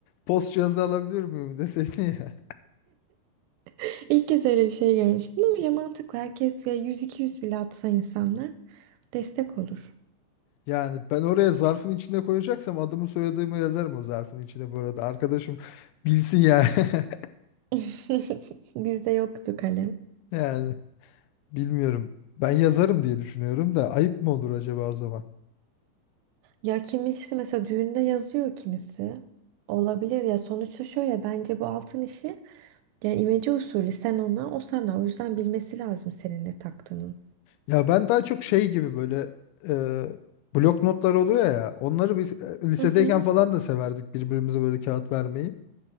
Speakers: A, on the left; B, on the right.
A: post cihazı alabilir miyim deseydin ya.
B: <laughs> İlk kez öyle bir şey görmüştüm ama ya mantıklı. Herkes ya 100-200 bile atsa insanlar destek olur.
A: Yani ben oraya zarfın içine koyacaksam adımı soyadımı yazarım o zarfın içine bu arada. Arkadaşım bilsin ya. <laughs>
B: <laughs> Bizde yoktu kalem.
A: Yani bilmiyorum. Ben yazarım diye düşünüyorum da ayıp mı olur acaba o zaman?
B: Ya kimisi mesela düğünde yazıyor kimisi. Olabilir ya sonuçta şöyle bence bu altın işi yani imece usulü sen ona o sana o yüzden bilmesi lazım senin ne taktığının.
A: Ya ben daha çok şey gibi böyle e, blok notlar oluyor ya. Onları biz e, lisedeyken
B: Hı hı,
A: falan da severdik birbirimize böyle kağıt vermeyi.